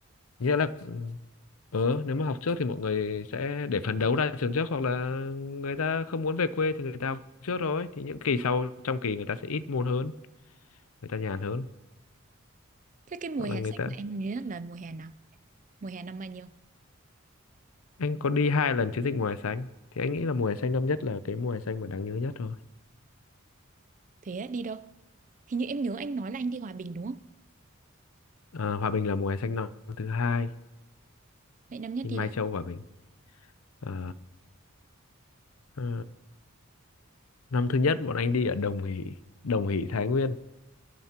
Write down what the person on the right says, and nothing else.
thế cái mùa
hè
xanh
mà em nhớ nhất là mùa hè nào mùa hè năm bao nhiêu
Thế á, đi đâu? Hình như em nhớ anh nói là anh đi Hòa Bình đúng không?
Vậy năm nhất
đi đâu?